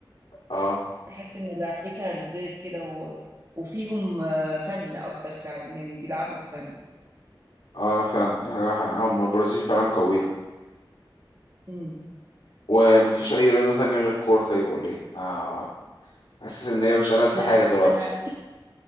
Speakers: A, on the left; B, on the right.
A: اه
B: بحس ان لعبتها لذاذ كده و... وفيهم آه، فن اكتر فعلا يعني بيلعبوا بفن
A: اه فعلا دي حاجة حقيقة. هم البرازيل فعلا قوية
B: امم
A: ومفيش أي رياضة تانية غير الكورة طيب ولا ايه؟ أنا حاسس إن هي مش ألذ
B: لا
A: حاجة دلوقتي
B: انا